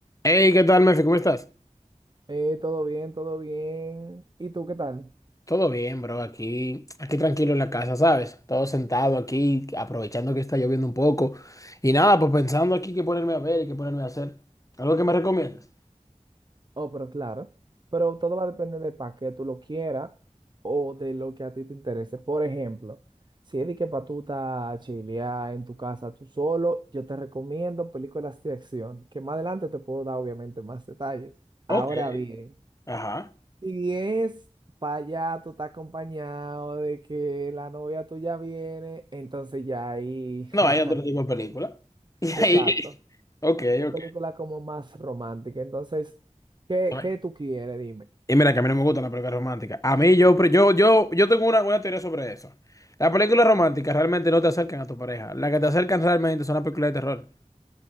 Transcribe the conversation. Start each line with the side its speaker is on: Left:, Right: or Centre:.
Left: Hey, ¿qué tal, Mefi? ¿Cómo estás?
Right: Eh, todo bien, todo bien. ¿Y tú qué tal?
Left: Todo bien, bro. Aquí, aquí tranquilo en la casa, ¿sabes? Todo sentado aquí, aprovechando que está lloviendo un poco. Y nada, pues pensando aquí qué ponerme a ver y qué ponerme a hacer. ¿Algo que me recomiendas?
Right: Oh, pero claro. Pero todo va a depender de para qué tú lo quieras o de lo que a ti te interese. Por ejemplo, si es de que para tú estás chilear en tu casa tú solo, yo te recomiendo películas de acción, que más adelante te puedo dar obviamente más detalles.
Left: Ok.
Right: Ahora bien,
Left: Ajá.
Right: si es para allá tú estás acompañado de que la novia tuya viene, entonces ya ahí...
Left: No,
Right: <laughs>
Left: hay otro tipo de película. <laughs> Y ahí.
Right: Exacto.
Left: Ok,
Right: Es película
Left: ok.
Right: como más romántica. Entonces, ¿qué,
Left: Ay.
Right: qué tú quieres? Dime.
Left: Y mira que a mí no me gustan las películas románticas. A mí yo, pre- yo, yo, yo tengo una, una teoría sobre eso. Las películas románticas realmente no te acercan a tu pareja. Las que te acercan realmente son las películas de terror.